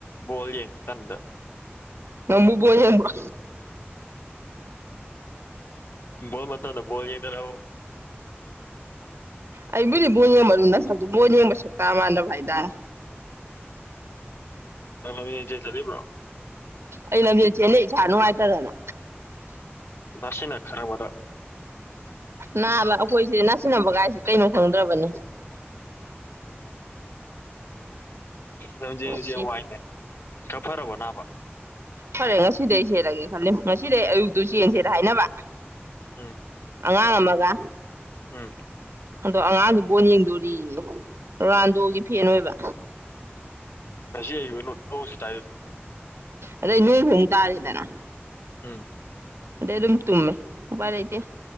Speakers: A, on the left; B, on the right.
A: ꯕꯣꯜ ꯌꯦꯡ ꯇꯟꯗ
B: ꯅꯪꯕꯨ ꯕꯣꯜ ꯌꯦꯡꯕ꯭ꯔꯣ
A: ꯕꯣꯜ ꯃꯇꯝꯗ ꯕꯥꯜ ꯌꯦꯡꯗꯅꯕꯨ
B: ꯑꯩꯕꯨꯗꯤꯕꯨ ꯌꯦꯡꯕ ꯂꯨꯗ ꯁꯛꯇꯕꯣꯔ ꯌꯦꯡꯕ ꯁꯛꯇ ꯃꯥꯅꯚꯥꯏꯗ
A: ꯅꯪ ꯏꯆꯦ ꯆꯠꯕ꯭ꯔꯣ
B: ꯑꯩ ꯂꯝꯖꯦꯜ ꯆꯦꯜꯂꯩ ꯏꯁꯥ ꯅꯨꯡꯉꯥꯏꯇꯗꯅ
A: ꯃꯁꯤꯅ ꯈꯔꯕꯗ
B: ꯅꯥꯕ ꯑꯩꯈꯣꯏꯁꯦ ꯅꯥꯁꯤꯟꯅꯕꯒꯥꯏꯁꯦ ꯀꯩꯅꯣ ꯈꯪꯗ꯭ꯔꯕꯅꯤ <inaudible>
A: ꯂꯝꯖꯁ
B: ꯁꯤ
A: ꯌꯥꯝ ꯋꯥꯏꯅꯦ ꯀꯞꯐꯔꯕ ꯅꯥꯕ
B: ꯐꯔꯦ ꯉꯁꯤꯗꯩ ꯁꯦꯠꯂꯒꯦ ꯈꯜꯂꯤ ꯉꯁꯤꯗꯩ ꯑꯌꯨꯛꯇꯨ ꯆꯦꯡꯁꯦꯅ ꯍꯥꯏꯅꯕ
A: ꯎꯝ
B: ꯑꯉꯥꯡ ꯑꯃꯒ
A: ꯎꯝ
B: ꯑꯗꯣ ꯑꯉꯥꯡꯗꯨ ꯕꯣꯟ ꯌꯦꯡꯗꯣꯔꯤꯌꯦ ꯔꯥꯟꯗꯣꯒꯤ ꯐꯦꯟ ꯑꯣꯏꯕ
A: ꯉꯁꯤ ꯍꯕ ꯅꯣꯡꯁꯨ ꯇꯥꯏꯔꯗꯤ
B: ꯑꯗꯩ ꯅꯣꯏ ꯍꯣꯡ ꯇꯥꯔꯤꯗꯅ
A: ꯎꯝ
B: ꯑꯗꯩ ꯑꯗꯨꯝ ꯇꯨꯝꯃꯦ ꯕꯥꯔ ꯂꯩꯇ